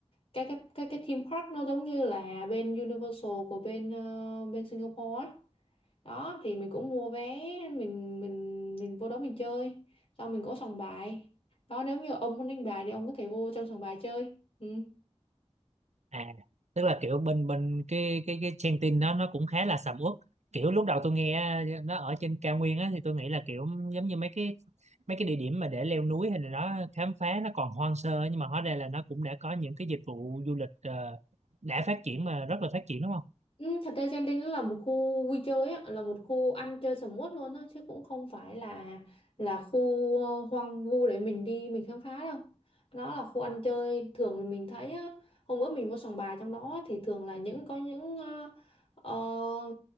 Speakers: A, on the left; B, on the right.
A: cái cái cái, cái theme park nó giống như là bên Universal của bên ờ, bên Singapore ấy. Đó thì mình cũng mua vé mình mình mình vô đó mình chơi xong mình có sòng bài đó nếu như ông muốn đánh bài thì ông có thể vô trong sòng bài chơi ừ.
B: À, tức là kiểu bên bên cái cái cái trang tin đó nó cũng khá là sầm uất. Kiểu lúc đầu tôi nghe nó ở trên cao nguyên á thì tôi nghĩ là kiểu giống như mấy cái mấy cái địa điểm mà để leo núi hay là đó khám phá nó còn hoang sơ ấy, nhưng mà hóa ra là nó cũng đã có những cái dịch vụ du lịch ờ, đã phát triển mà rất là phát triển đúng không?
A: Ừ, thật ra Genting nó là một khu vui chơi á, là một khu ăn chơi sầm uất luôn á chứ cũng không phải là là khu ờ, hoang vu để mình đi mình khám phá đâu. Nó là khu ăn chơi thường thì mình thấy á, hôm bữa mình vô sòng bài trong đó thì thường là những có những ờ, ờ,